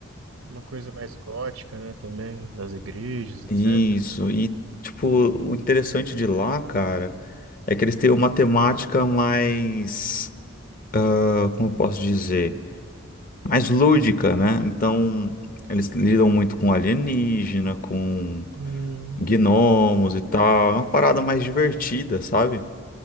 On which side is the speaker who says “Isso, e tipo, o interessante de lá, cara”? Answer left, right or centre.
Left